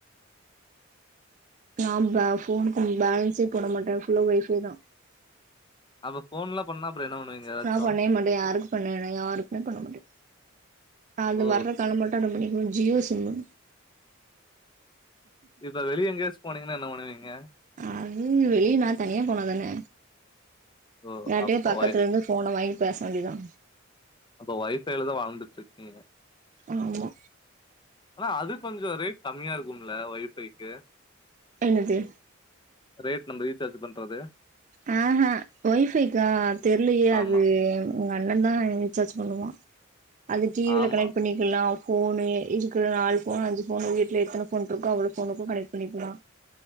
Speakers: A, on the right; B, on the left.
A: நாம்ப ஃபோனுக்கு பேலன்ஸ்சே போடமாட்டே ஃபுல்லா வைஃபையேதா
B: அப்ப ஃபோன்லா பண்ணா அப்புற என்ன பண்ணுவீங்க ஏதாச்சு
A: நா பண்ணவே மாட்டே யாருக்கு பண்ணவேன யாருக்குமே பண்ணமாட்டே அது
B: ஓ
A: வர்ற கால மாட்டு அட்டன் பண்ணிப்பே ஜியோ சிம்மு
B: இப்ப வெளிய எங்கேச்சோ போனீங் இன்னு என்ன பண்ணுவீங்க
A: அது வெளிய நா தனியா போனாதான
B: ஓ
A: யாரட்டயோ
B: அப்ப
A: பக்கத்துல
B: வை
A: இருந்து ஃபோன வாங்கி பேசவேண்டியதா
B: அப்ப ஒய்ஃபைலதா வாழ்ந்துட்டு இருக்கீங்க
A: ஆமா
B: ஆனா அது கொஞ்சோ ரேட் கம்மியா இருக்கும்ல ஒய்ஃபைக்கு
A: என்னது
B: ரேட் நம்ம ரீசார்ஜ் பண்றது
A: ஆ ஆஹ் ஒய்ஃபைக்கா தெரில்லயே
B: ஆமா
A: அது உங்க அண்ணதா ரீசார்ஜ் பண்ணுவா அது டிவியில
B: ஆமா
A: கனெக்ட் பண்ணிக்கலா ஃபோனு இருக்கிற நாலு ஃபோன் அஞ்சு ஃபோனு வீட்டுல எத்தன ஃபோன் இருக்கோ அவ்வளோ ஃபோனுக்கு கனெக்ட் பண்ணிக்லா